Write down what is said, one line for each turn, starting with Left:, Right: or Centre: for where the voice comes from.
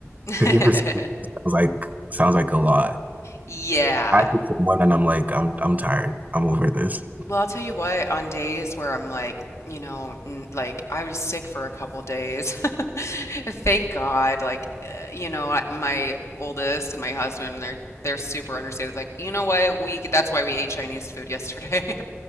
Left: <laughs>
Right: Cooking for six people sounds like sounds like a lot.
Left: Yeah.
Right: I cook for one and I'm like, I'm I'm tired. I'm over this.
Left: Well, I'll tell you what, on days where I'm like, you know, n like I was sick for a couple days. <laughs> Thank God. Like, uh, you know, I, my oldest and my husband, they're they're super understanding. Like, you know what? We c- that's why we ate Chinese food yesterday. <laughs>